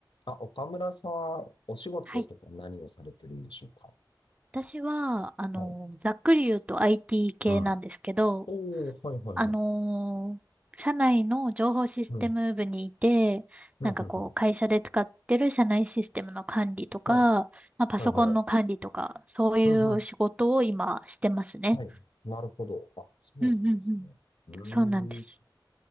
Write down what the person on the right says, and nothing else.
はい。私は、あの、
ざっくり言うと IT 系なんですけど、
あのー、社内の情報システム部にいて、
なんかこう、
会社で使ってる社内システムの管理とか、
まあ、パソコンの管理とか、
そういう仕事を今してますね。
うんうんうん。
そうなんです。